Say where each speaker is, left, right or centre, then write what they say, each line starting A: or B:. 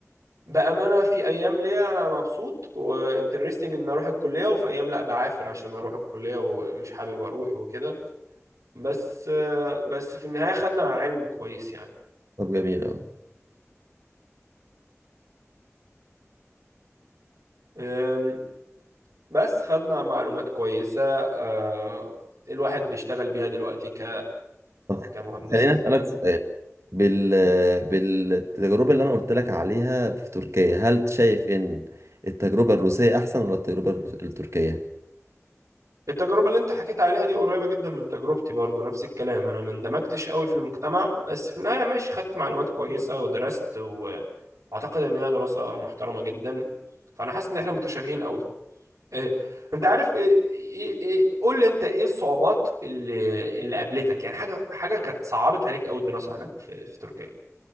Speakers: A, on the right; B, on the right.
A: بأمانة في أيام ليا أنا مبسوط وانترستنج إن أروح الكلية وفي أيام لا بعافر عشان أروح الكلية ومش حابب أروح وكده بس بس في النهاية خدنا علم كويس يعني
B: طب جميل أوي
A: أم، بس خدنا معلومات كويسة أه، الواحد بيشتغل بيها دلوقتي ك
B: طب
A: كمهندس
B: خليني أسألك
A: يعني.
B: سؤال بال بالتجربة اللي أنا قلت لك عليها في تركيا هل شايف إن التجربة الروسية أحسن ولا التجربة الروس- التركية؟
A: التجربة اللي انت حكيت عليها دي قريبة جدا من تجربتي برضو نفس الكلام انا ما اندمجتش قوي في المجتمع بس في النهاية ماشي خدت معلومات كويسة ودرست و- واعتقد ان هي دراسة محترمة جدا فانا حاسس ان احنا متشابهين قوي إيه. انت عارف ايه ايه ايه قول لي انت ايه الصعوبات اللي اللي قابلتك يعني حاجة حاجة كانت صعبت عليك قوي الدراسة هناك في في تركيا